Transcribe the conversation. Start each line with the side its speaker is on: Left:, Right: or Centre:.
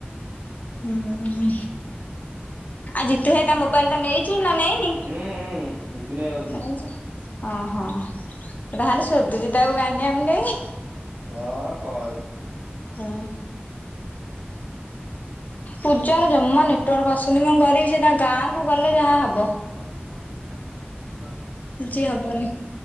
Left: ହୁଁ ଉଁ, ଆଉ ଜିତୁ ଭାଇ ତା ମୋବାଇଲଟା ନେଇଚି ନା ନେଇନି?
Right: ହୁଁ ହୁଁ ବିପିନ ଭାଇ ଯାଉଛି
Left: ନେଇଚି। ଓହୋ। ତାହେଲେ ସୋଦୁଛି ତାକୁ ଗାଣ୍ଡିଆ ମୁଣ୍ଡେଇକି।
Right: ହଁ କହନି।
Left: ହଁ। ପୂଜାର ଜମା ନେଟୱାର୍କ ଆସୁନି କଣ କରିବି? ସେ ତା ଗାଁକୁ
Right: !
Left: ଗଲେ
Right: !!!!!!!!! ହଉ
Left: ଯାହା
Right: ହଉ
Left: ହବ
Right: ଘର ତୋ ଘର ନୋକ ଖାଇବା ନେଇ ଖାଉଛନ୍ତି <unintelligible>
Left: ଆଜି ହବନି,